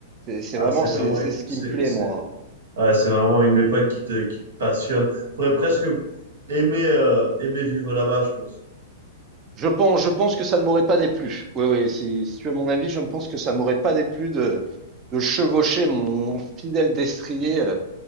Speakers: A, on the right; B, on the right.
A: C'est c'est
B: Ah,
A: vraiment
B: c'est
A: c'est
B: vraiment
A: c'est
B: une,
A: ce
B: c'est
A: qui me plaît,
B: c'est-
A: moi.
B: Ouais, c'est vraiment une époque qui te, qui te passionne. Tu aurais presque aimé, euh, aimé vivre là-bas, je pense.
A: Je pense, je pense que ça ne m'aurait pas déplu. Oui, oui, si, si tu veux mon avis, je ne pense que ça m'aurait pas déplu de, de chevaucher mon, mon fidèle destrier. euh,